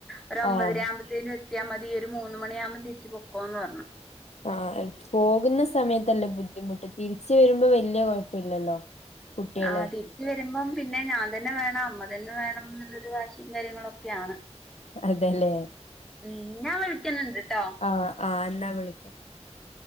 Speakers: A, in the centre; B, on the left.
A: ഒരൊമ്പതരാകുമ്പത്തേനു
B: ആഹ്
A: എത്തിയാ മതീ ഒരു മൂന്ന് മണിയാവുമ്പോ തിരിച്ചു പൊക്കോന്ന് പറഞ്ഞു
B: ആഹ് പോകുന്ന സമയത്തല്ലേ ബുദ്ധിമുട്ട് തിരിച്ച് വരുമ്പോ വല്യ കൊഴപ്പല്ലല്ലോ കുട്ടികള്
A: ആതി രിച്ചു വരുമ്പം പിന്നെ ഞാൻ തന്നെ വേണം അമ്മ തന്നെ വേണന്നുള്ളൊരു വാശിയും കാര്യങ്ങളൊക്കെയാണ്
B: അതെല്ലേ
A: ഉം ഞാൻ വിളിക്കുന്നുണ്ട്ട്ടോ
B: ആ ആ ന്നാ വിളിക്കാ